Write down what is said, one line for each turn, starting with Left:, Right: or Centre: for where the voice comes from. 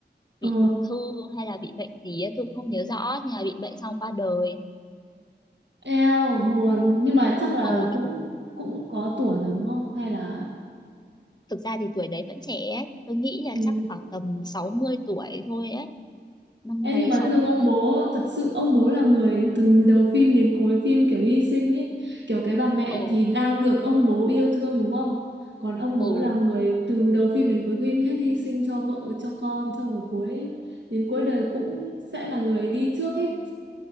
Right: ờ
Left: bị ung thư hay là bị bệnh gì ấy, tôi cũng không nhớ rõ nhưng mà bị bệnh xong qua đời
Right: eo buồn nhưng mà chắc là
Left: ồ
Right: cũng
Left: thực,
Right: cũng có tuổi rồi đúng không hay là
Left: thực ra thì tuổi đấy vẫn trẻ ấy. tôi nghĩ là
Right: ừ.
Left: chắc khoảng tầm 60 tuổi thôi ấy năm
Right: em
Left: mấy
Right: nhưng mà
Left: sáu
Right: thương
Left: mươi.
Right: ông bố, thật sự ông bố là người từ đầu phim đến cuối phim kiểu hy sinh ấy. Kiểu cái bà mẹ
Left: ừ
Right: thì đang được ông bố yêu thương đúng không? Còn ông bố
Left: ừ
Right: là người từ đầu phim đến cuối phim hết hy sinh cho vợ, cho con, xong rồi cuối đến cuối đời cũng sẽ là người đi trước ấy.